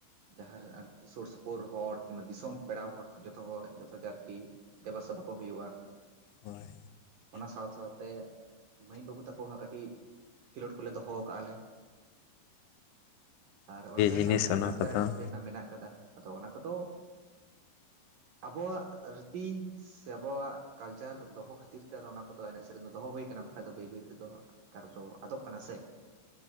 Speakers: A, on the right (about 65°); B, on the left (about 80°).
A: ᱡᱟᱦᱟᱨᱮ ᱟᱨᱠᱤ ᱥᱩᱨ ᱥᱩᱯᱩᱨ ᱦᱚᱲ ᱠᱤᱱᱵᱟ ᱫᱤᱥᱚᱢ ᱯᱮᱲᱟ ᱦᱚᱲ ᱡᱚᱛᱚ ᱡᱚᱛᱚ ᱜᱮ ᱟᱨᱠᱤ ᱫᱮᱵᱟᱥᱮᱵᱟ ᱠᱚ ᱦᱩᱭᱩᱜ-ᱟ
B: ᱦᱳᱭ
A: ᱚᱱᱟ ᱥᱟᱶ ᱥᱟᱶᱛᱮ ᱢᱟᱹᱭ ᱵᱟᱹᱵᱩ ᱛᱟᱠᱚᱭᱟᱜ ᱦᱚᱸ ᱠᱟᱹᱴᱤᱡ ᱠᱷᱮᱞᱳᱰ ᱠᱚᱞᱮ ᱫᱚᱦᱚ ᱟᱠᱟᱜ-ᱟᱞᱮ ᱟᱨ
B: ᱵᱷᱟᱹᱜᱤ
A: ᱚᱱᱟ ᱛᱟᱭᱱᱟᱢ
B: ᱡᱤᱱᱤᱥ
A: ᱢᱮᱱᱟᱜ-ᱟ
B: ᱚᱱᱟ
A: ᱞᱟᱠᱪᱟᱨ
B: ᱠᱚᱫᱚ
A: ᱮᱱᱮᱡ ᱥᱮᱨᱮᱧ ᱢᱮᱱᱟᱜ ᱠᱟᱫᱟ ᱟᱫᱚ ᱚᱱᱟ ᱠᱚᱫᱚ ᱟᱵᱚᱣᱟᱜ ᱨᱤᱛᱤ ᱥᱮ ᱟᱵᱚᱣᱟᱜ ᱠᱟᱞᱪᱟᱨ ᱫᱚᱦᱚ ᱠᱷᱟᱹᱛᱤᱨ ᱛᱮ ᱟᱫᱚ ᱚᱱᱟ ᱠᱚᱫᱚ ᱮᱱᱮᱡ ᱥᱮᱨᱮᱧ ᱫᱚ ᱫᱚᱦᱚ ᱦᱩᱭ ᱠᱟᱱᱟ ᱵᱟᱠᱷᱟ ᱫᱚ ᱵᱟᱹᱭ ᱵᱟᱹᱭ ᱛᱮᱫᱚ ᱱᱮᱛᱟᱨ ᱫᱚ ᱟᱫᱚᱜ ᱠᱟᱱᱟ ᱥᱮ